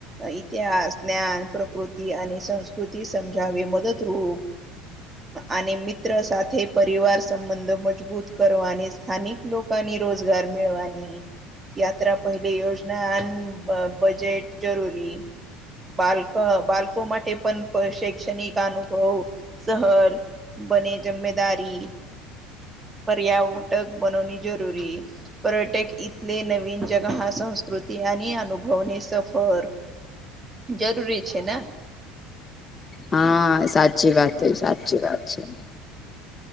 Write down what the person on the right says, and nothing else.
ઇતિહાસ જ્ઞાન પ્રકૃતિ અને સંસ્કૃતિ સમજાવ મદદરૂપ અને મિત્ર સાથે પરિવાર સંબંધો મજબૂત કરવાની સ્થાનિક લોકો ની રોજગાર મેળવાની યાત્રા પહેલી યોજના અને બજેટ જરૂરી બાલક બાળકો માટે પણ શૈક્ષણિક અનુભવ સહલ બને જમમેદારી પર્યાવટક બનોની જરૂરી પર્યટક થલે નવીન જગા સંસ્કૃતિ અને અનુભવને સફર જરૂરી છે ને